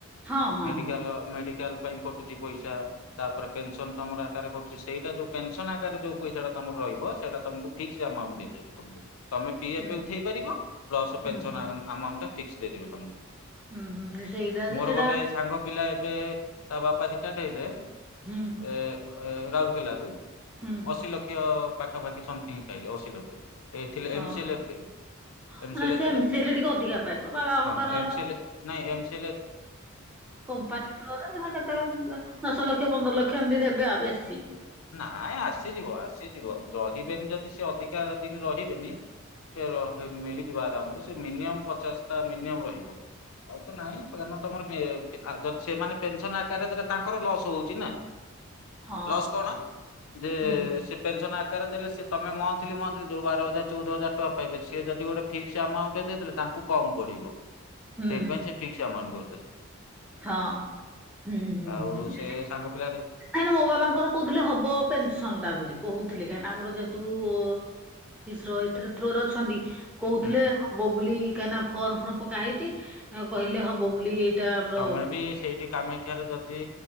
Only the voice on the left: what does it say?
ମେଡ଼ିକାଲ
ମେଡ଼ିକାଲ କଟୁଛି ପଇସା ତାପରେ ପେନସନ ତମର ଆକାରରେ କଟୁଛି ସେଇଟା ଯୋଉ ପେନସନ ଆକାରରେ ଯୋଉ ପଇସା ଟା ତମର ରହିବ ସେଇଟା ତମକୁ ଫିକ୍ସ ଆମାଉଣ୍ଟ ଦେଇଦେବେ ତମକୁ ତମେ ପିଏଫ
ଉଠେଇ ପାରିବ ପ୍ଲସ
ପେନସନ
ଆମାଉଣ୍ଟ ଟା ଫିକ୍ସ ଦେଇଦେବେ ତମକୁ
ମୋର
ଗୋଟେ ସାଙ୍ଗ ପିଲା ଏବେ ତା ବାପା ରିଟାଡ଼ ହେଲେ
ଏ ରାଉରକେଲାରୁ
ଅଶୀ ଲକ୍ଷ ପାଖାପାଖି ସମଥିଙ୍ଗ ପାଇଲେ ଅଶୀ ଲକ୍ଷ। ଏ ଥିଲେ ଏମସି
ଥିଲେ ଏସିଲ
ଥିଲେ
ହଁ
ଏମ ସି ନାଇଁ ଏମସିଏଲ।
ନାଇ ଆସିଯିବ ଆସିଯିବ ରହିବେନି ଯଦି ସେ ଅଧିକା ଦିନ ରହିବେନି ସେ ମିଳିଯିବ ଆରାମରେ ସେ ମିନିମମ୍ ପଚାଶ ଟା ମିନିମମ୍ ରହିବ। ଆଉ ତ ନାଇଁ କାର ତମର ଯ ସେମାନେ ପେନସନ ଆକାର ତାଙ୍କର ଲସ ହଉଛି ନା।
ଲସ୍ କଣ? ଯେ
ସେ ପନ ପେନସନ କାରରେ ଦେଲେମେ ମଥଲି ମଥଲି ଯୋଉ ବାର ହଜାର ଚଉଦ ହଜାର ଟଙ୍କା ପାଇବେ ସେ ଯଦି ଗୋଟେ ଫିକ୍ସ ଆମାଉଣ୍ଟ ତାଙ୍କୁ କମ ପଡିବ
ସେଥିପାଇ ସେ ଫିକସମାଉ କରିଥିଲେ।
ଆଉ
ସେ ସାଙ୍ଗ ପିଲାଟା
ହୁଁ।
ତମେ ବି ସେଇଠି କାମାକ୍ଷାରେ ଯଦି